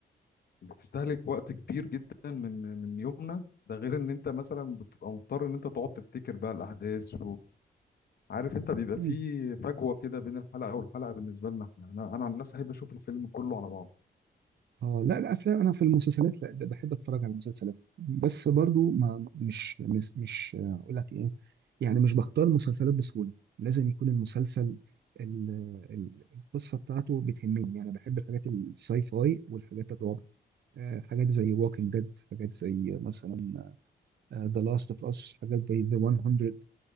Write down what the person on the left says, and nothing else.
بتستهلك وقت كبير جدا من من يومنا ده غير ان انت مثلا بتبقى مضطر ان انت تقعد تفتكر بقى الاحداث وعارف انت بيبقى
في فجوة كده بين الحلقة والحلقة بالنسبة لنا احنا انا انا عن نفسي احب اشوف الفيلم كله على بعض